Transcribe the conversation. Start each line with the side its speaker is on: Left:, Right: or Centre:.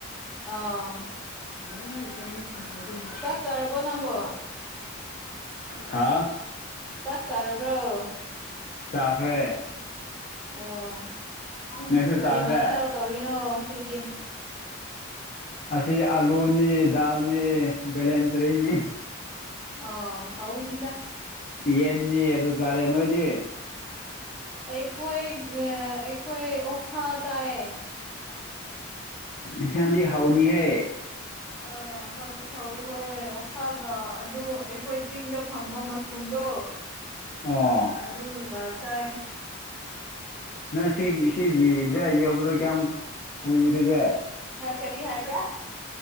Centre: ꯑꯥ
Left: ꯅꯪꯗꯖꯦ ꯁꯨꯝꯕ
Centre: ꯆꯥꯛ ꯆꯥꯔꯕꯣ ꯅꯪꯕꯣ
Left: ꯍꯥ
Centre: ꯆꯥꯛ ꯆꯥꯔꯕ꯭ꯔꯣ
Left: ꯆꯥꯈ꯭ꯔꯦ
Centre: ꯑꯣ
Left: ꯅꯣꯏꯁꯨ
Centre: ꯀꯔꯤ
Left: ꯆꯥꯈ꯭ꯔꯦ
Centre: ꯃꯊꯦꯜ ꯇꯧꯔꯤꯅꯣ ꯁꯤꯗꯤ
Left: ꯑꯁꯤ ꯑꯂꯨꯅꯤ ꯗꯜꯅꯤ ꯕꯂꯦꯟꯗꯔꯤꯅꯤ
Centre: ꯑ ꯍꯥꯎꯅꯤꯗ
Left: ꯌꯦꯟꯅꯤ ꯑꯗꯨ ꯆꯥꯔꯦ ꯅꯣꯏꯗꯤ
Centre: ꯑꯩꯈꯣꯏ ꯑꯩꯈꯣꯏ ꯑꯣꯛꯁꯥ ꯆꯥꯏ
Left: ꯌꯟꯁꯪꯗꯤ ꯍꯥꯎꯅꯤ ꯍ
Centre: ꯑ ꯍꯧꯖꯤ ꯍꯧꯋꯦ ꯍꯣꯏ ꯑꯣꯛꯁꯥꯒ ꯑꯗꯨ ꯑꯩꯈꯣꯏ ꯆꯤꯡꯗ ꯐꯪꯕ ꯃꯁꯔꯨꯝꯗꯣ
Left: ꯑꯣ
Centre: ꯑꯗꯨꯒ ꯆꯥꯏ꯫
Left: ꯅꯪ ꯁꯤ ꯁꯤꯒꯤꯗ ꯌꯧꯕꯗꯣ ꯀꯌꯥꯝ ꯀꯨꯏꯔꯒꯦ꯫
Centre: ꯀꯔꯤ ꯍꯥꯏꯕ꯭ꯔꯥ